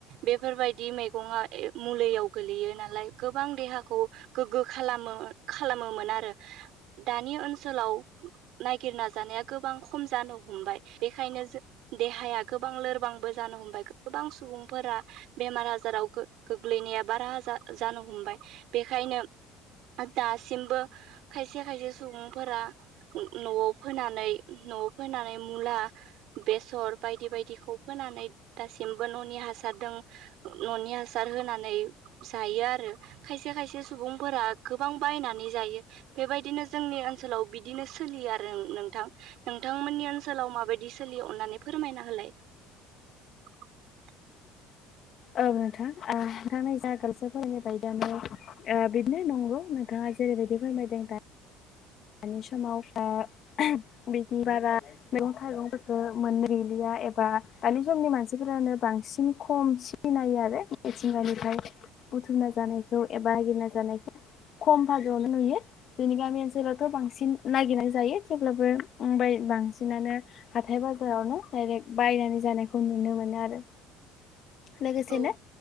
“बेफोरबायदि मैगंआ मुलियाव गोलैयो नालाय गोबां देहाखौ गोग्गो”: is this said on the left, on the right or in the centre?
Right